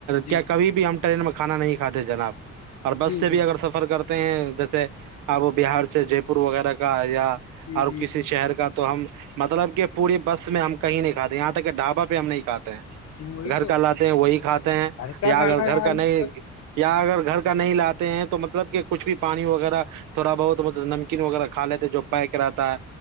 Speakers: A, on the left; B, on the right.
A: جی
B: کیا کبھی بھی ہم ٹرین میں کھانا نہیں کھاتے جناب اور بس
A: جی
B: سے بھی
A: جی
B: اگر سفر کرتے ہیں جیسے اب وہ بہار سے جے پور وغیرہ کا یا
A: جی
B: اور
A: جی
B: کسی
A: جی
B: شہر کا تو ہم مطلب کہ پوری بس میں ہم کہیں نہیں کاتے یہاں تک کہ ڈھابا پہ ہم نہیں کاتے ہیں
A: جی وہی
B: گھر
A: تو
B: کا لاتے ہیں وہی کھاتے ہیں
A: گھر کا
B: یا
A: کھانا
B: اگر گھر
A: یار
B: کا
A: مطلب
B: نہیں یا اگر گھر کا نہیں لاتے ہیں تو مطلب کچھ بھی پانی وغیرہ تھوڑا بہت ملب نمکین وغیرہ کھا لیتے جو پیک رہتا